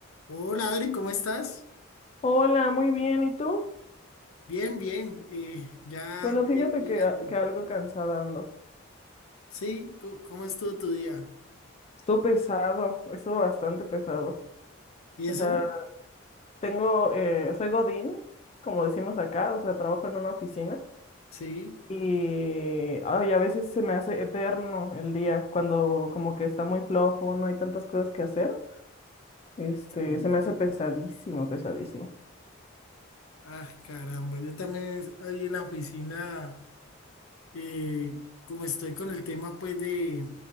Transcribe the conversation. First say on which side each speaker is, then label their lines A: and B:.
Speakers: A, on the left (about 80°); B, on the left (about 30°).
A: Hola Adri, ¿cómo estás?
B: Hola, muy bien. ¿Y tú?
A: Bien, bien, eh, ya
B: Bueno, fíjate
A: lle- llegando.
B: que, a- que algo cansada ando.
A: Sí, co- ¿cómo estuvo tu día?
B: Estuvo pesado, estuvo bastante pesado.
A: ¿Y
B: O
A: eso?
B: sea, tengo, eh, soy Godín, como decimos acá, o sea, trabajo en una oficina
A: Sí,
B: y, ay, a veces se me hace eterno el día cuando como que está muy flojo, no hay tantas cosas que hacer. Este,
A: sí.
B: se me hace pesadísimo, pesadísimo.
A: Ah, caramba, yo también es- ahí en la oficina, eh, como estoy con el tema pues de